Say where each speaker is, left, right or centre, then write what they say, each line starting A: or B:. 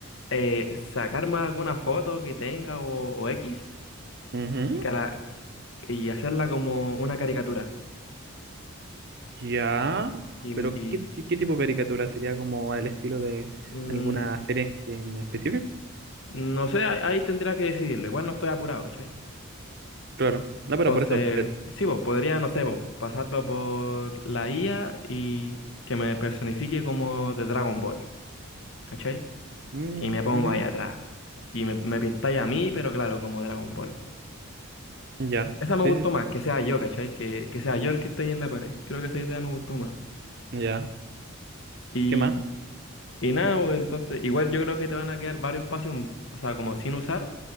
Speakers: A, on the left (about 60°); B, on the right (about 50°).
A: Eh, sacarme alguna foto que tenga o, o X
B: Ujú,
A: y, cara- y hacerla como una caricatura.
B: Ya,
A: Y, y,
B: pero ¿qué, ti- qué tipo de caricatura? ¿Sería como el estilo de
A: mm,
B: alguna serie en, en específico?
A: no sé, ahí, ahí tendría que decidirlo. Igual no estoy apurado, ¿cachai?
B: Claro. No,
A: Entonces,
B: pero por eso. pre-
A: sí, vos, podría, no sé, vos, pasarlo por la IA y que me personifique como de Dragon Ball, ¿cachai?
B: Mm,
A: Y me pongo
B: ujú,
A: ahí atrás. Y me, me pintáis a mí, pero claro, como Dragon Ball.
B: Ya,
A: Esa
B: sí,
A: me gustó más,
B: sí,
A: que sea yo, ¿cachai? Que, que sea yo el que esté ahí en la pared. Creo que esa idea me gustó más.
B: sí. ya.
A: Y,
B: ¿Qué más?
A: y nada, vos, entonces, igual yo creo que te van a quedar varios espacios, o sea, como sin usar.